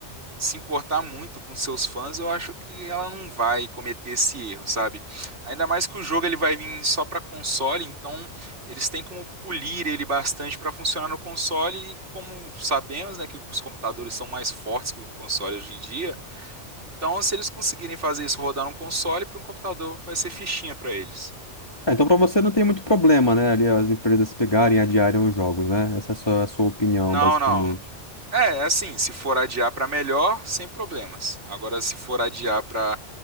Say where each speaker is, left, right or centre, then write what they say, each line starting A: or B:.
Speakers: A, on the right; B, on the left.
A: se importar muito com seus fãs, eu acho que ela não vai cometer esse erro, sabe? Ainda mais que o jogo ele vai vir só para console, então eles têm como polir ele bastante para funcionar no console e como sabemos, né, que os computadores são mais fortes que o console hoje em dia, então se eles conseguirem fazer isso rodar num console, para um computador vai ser fichinha para eles.
B: Ah, então pra você não tem muito problema, né? Ali as empresas pegarem e adiarem os jogos, né? Essa é a sua, a sua opinião,
A: Não,
B: basicamente.
A: não. É, é assim, se for adiar pra melhor, sem problemas. Agora, se for adiar pra